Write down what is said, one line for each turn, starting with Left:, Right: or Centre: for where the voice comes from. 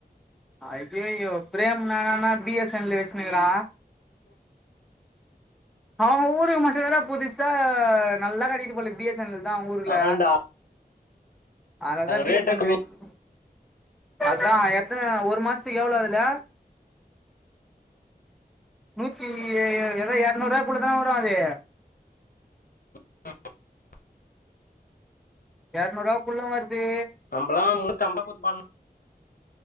Centre: ஐயய்யோ ப்ரேம் என்னடானா பி எஸ் என் எல் வெச்சுனுக்குறா அவுங்க ஊருக்கு மட்டு என்னடா புதுசா நல்லா கெடிக்கிது போலக்குது எஸ் என் எல் தா ஊர்ல
Left: ஆண்டா
Centre: அதனால தான
Left: ரேட்டே
Centre: பி எஸ் என்
Left: கம்மி
Centre: எல் வச்சி அதா எத்தன ஒரு மாசத்துக்கு எவ்ளோ அதுல நூத்தி ஏதாே எரநூ ரூவா குள்ள தான வரு அது
Left: <inaudible>
Centre: எரநூ ரூவாகுள்ள வருது
Left: நம்மளா முன்னித்அம்பதுக்கு போட்டுபாங்க